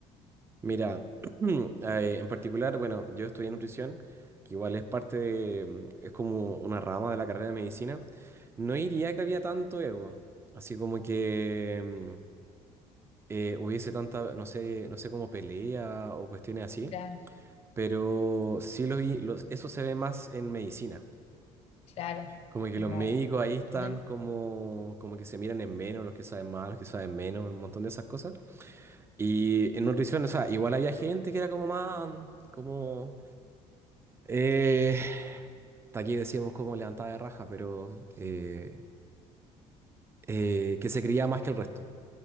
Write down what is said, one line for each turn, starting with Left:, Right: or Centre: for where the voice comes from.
Right: Mira, <clears throat> eh, en particular, bueno, yo estudié nutrición, que igual es parte de, mm, es como una rama de la carrera de medicina. No diría que había tanto ego, así como que mm, eh, hubiese tanta, no sé, no sé como pelea o cuestiones así,
Left: Claro,
Right: pero sí lo vi, los- eso se ve más en medicina.
Left: claro,
Right: Como que
Left: es
Right: los
Left: verdad.
Right: médicos ahí están
Left: <laughs>
Right: como, como que se miran en menos, los que saben más, los que saben menos, un montón de esas cosas. Y en nutrición, o sea, igual había gente que era como más, como Eh, hasta aquí decíamos como levantada de raja, pero eh, eh, que se creía más que el resto.